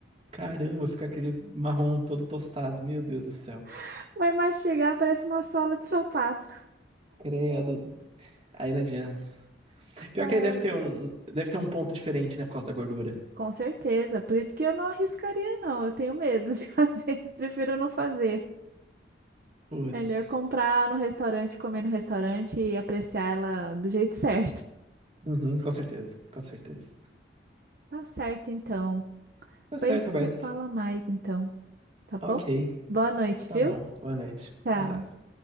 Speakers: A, on the right; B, on the right.
A: caramba, fica aquele marrom todo tostado, meu Deus do céu.
B: <laughs> Vai mastigar, parece uma sola de sapato.
A: Credo, aí não adianta. Pior
B: Ah.
A: que aí deve ter um, deve ter um ponto diferente, né, por causa da gordura.
B: Com certeza. Por isso que eu não arriscaria, não. Eu tenho medo de <laughs> fazer. Prefiro não fazer.
A: Putz,
B: Melhor comprar no restaurante, comer no restaurante e apreciar ela do jeito certo. <laughs>
A: Uhum, com certeza, com certeza.
B: Tá certo, então.
A: Tá certo,
B: Depois a gente
A: Roberto.
B: se fala mais, então. Tá bom?
A: Ok,
B: Boa noite,
A: tá
B: viu?
A: bom. Boa noite.
B: Tchau.
A: Um abraço.